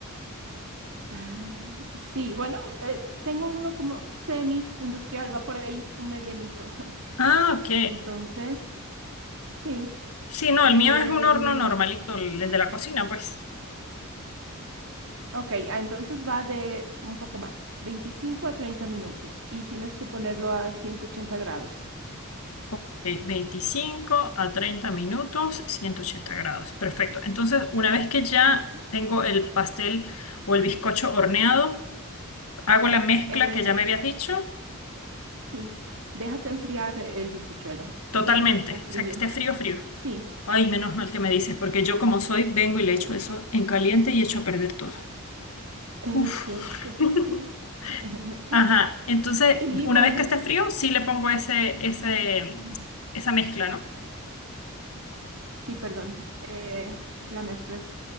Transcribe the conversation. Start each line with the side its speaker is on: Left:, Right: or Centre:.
Right: <laughs> Ah, Sí, bueno, eh, tengo uno como semi-industrial, va por ahí, un medianito. <laughs>
Left: Ah, ok.
Right: Entonces, sí.
Left: Sí, no,
Right: em,
Left: el mío es un horno normalito, el el de la cocina, pues.
Right: ok, ah, entonces va de un poco más, 25 a 30 minutos y tienes que ponerlo a ciento ochenta grados.
Left: Ok, 25 a 30 minutos, 180 grados. Perfecto. Entonces, una vez que ya
Right: Ujú.
Left: tengo el pastel o el bizcocho horneado, hago la mezcla
Right: Eh,
Left: que ya me habías dicho
Right: sí, dejas enfriar el bizcochuelo,
Left: totalmente.
Right: tiene que estar frío.
Left: O sea, que esté frío, frío.
Right: Sí,
Left: Ay, menos mal que me dices,
Right: <laughs>
Left: porque yo como soy, vengo y le echo eso en caliente y echo a perder todo.
Right: es
Left: Uf.
Right: cierto,
Left: <laughs>
Right: sí. <laughs>
Left: Ajá. Entonces,
Right: Y
Left: una
Right: bueno.
Left: vez que esté frío, sí le pongo ese, ese,
Right: ujú.
Left: esa mezcla, ¿no?
Right: Sí, perdón, eh, la mezcla.